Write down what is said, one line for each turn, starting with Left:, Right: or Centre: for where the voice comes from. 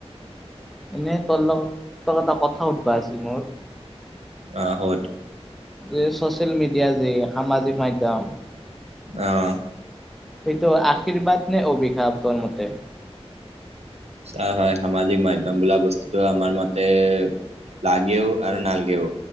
Centre: এনে তোৰ লগত তোক এটা কথা সুধবা আছিল মোৰ
Right: অ শুদ
Centre: এই চচিয়েল মিডিয়া যে সামাজিক মাধ্যম
Right: আহ
Centre: সেইটো আশীৰ্বাদ নে অভিশাপ তোৰ মতে
Right: হয় হয় সামাজিক মাধ্যম বোলা বস্তুতটো আমাৰ মতে লাগেও আৰু নালাগেও